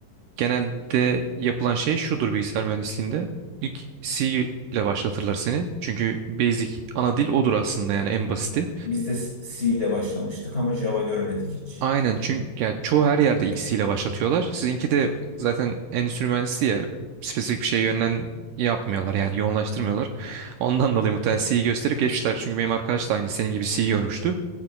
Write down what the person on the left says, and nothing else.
Biz de C ile başlamıştık ama Java görmedik hiç.